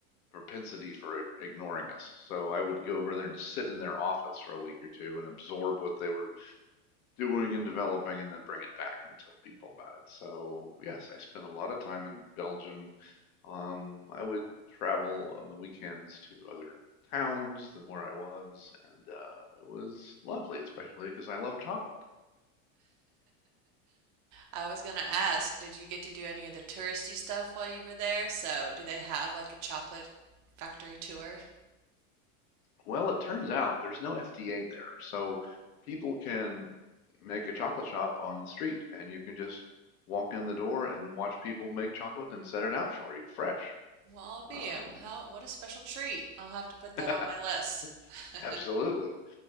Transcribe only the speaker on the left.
propensity for i- ignoring us. So I would go over there and sit in their office for a week or two and absorb what they were doing and developing, and then bring it back and tell people about it. So yes, I spent a lot of time in Belgium. Um, I would travel on the weekends to other towns than where I was, and uh, it was lovely, especially because I love chocolate.
Well, it turns out there's no FDA there, so people can make a chocolate shop on the street, and you can just walk in the door and watch people make chocolate and set it out for you fresh.
Um,
<laughs>
absolutely.